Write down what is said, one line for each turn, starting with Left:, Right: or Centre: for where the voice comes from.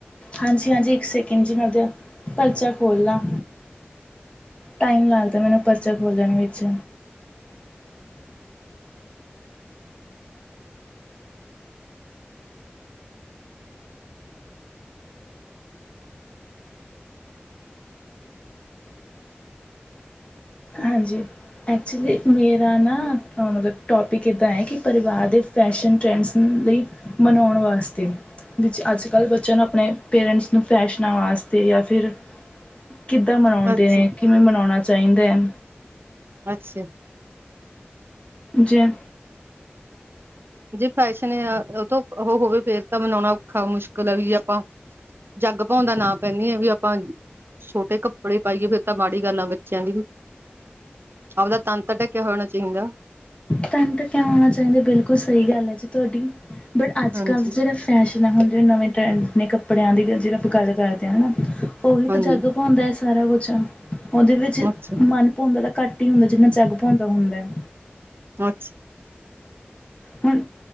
Left: ਹਾਂਜੀ, ਹਾਂਜੀ ਇੱਕ ਸੈਕਿੰਡ ਜੀ ਮੈਂ ਆਪਦਾ ਪਰਚਾ ਖੋਲ੍ਹ ਲਾਂ। ਟਾਈਮ ਲੱਗਦਾ ਮੈਨੂੰ ਪਰਚਾ ਖੋਲਣ ਵਿੱਚ ਹਾਂਜੀ ਐਕਚੁਅਲੀ ਮੇਰਾ ਨਾ ਮਤਲਬ ਟੋਪਿਕ ਇੱਦਾਂ ਹੈ ਕਿ ਪਰਿਵਾਰ ਦੇ ਫੈਸ਼ਨ ਟਰੈਂਡਸ ਲਈ ਮਨਾਉਣ ਵਾਸਤੇ ਵਿੱਚ ਅੱਜ ਕੱਲ੍ਹ ਬੱਚਿਆਂ ਨੂੰ ਆਪਣੇ ਪੇਰੈਂਟਸ ਨੂੰ ਫੈਸ਼ਨਾਂ ਵਾਸਤੇ ਜਾਂ ਫਿਰ ਕਿੱਦਾਂ ਮਨਾਉਂਦੇ
Right: ਅੱਛਾ
Left: ਨੇ ਕਿਵੇਂ ਮਨਾਉਣਾ ਚਾਹੀਦਾ ਹੈ।
Right: ਅੱਛਾ
Left: ਜੇ
Right: ਜੇ ਫੈਸ਼ਨ ਆ ਉਹ ਤੋਂ ਉਹ ਹੋਵੇ ਫੇਰ ਤਾਂ ਮਨਾਉਣਾ ਔਖਾ ਮੁਸ਼ਕਿਲ ਆ ਵੀ ਜੇ ਆਪਾਂ ਜੱਗ ਭਾਉਂਦਾ ਨਾ ਪਹਿਣੀਏ ਵੀ ਆਪਾਂ ਛੋਟੇ ਕੱਪੜੇ ਪਾਈਏ ਫੇਰ ਤਾਂ ਮਾੜੀ ਗੱਲ ਆ ਬੱਚਿਆਂ ਦੀ ਵੀ ਆਪਦਾ ਤਨ ਤਾਂ ਢਕਿਆ ਹੋਇਆ ਹੋਣਾ ਚਾਹੀਦਾ।
Left: ਤਨ ਢੱਕਿਆ ਹੋਣਾ ਚਾਹੀਦਾ ਬਿਲਕੁਲ ਸਹੀ ਗੱਲ ਹੈ ਜੀ ਤੁਹਾਡੀ ਬਟ ਅੱਜ
Right: ਹਾਂਜੀ
Left: ਕੱਲ੍ਹ ਸਿਰਫ਼ ਫੈਸ਼ਨ ਹੈ ਹੁਣ ਜਿਵੇਂ ਨਵੇਂ ਟਰੈਂਡ ਨੇ ਕੱਪੜਿਆਂ ਦੀ ਜਿਹਵੇਂ ਆਪਾਂ ਗੱਲ ਕਰਦੇ ਹਾਂ ਹੈ ਨਾ ਉਹੀ ਇੱਕ
Right: ਹਾਂਜੀ
Left: ਜੱਗ ਭਾਉਂਦਾ ਸਾਰਾ ਕੁਛ ਉਹਦੇ ਵਿੱਚ
Right: ਅੱਛਾ
Left: ਮਨ ਭਾਉਂਦਾ ਤਾਂ ਘੱਟ ਘੱਟ ਹੀ ਹੁੰਦਾ ਜਿੰਨਾ ਜੱਗ ਭਾਉਂਦਾ ਹੁੰਦਾ ਹੈ।
Right: ਅੱਛਾ
Left: ਹੁਣ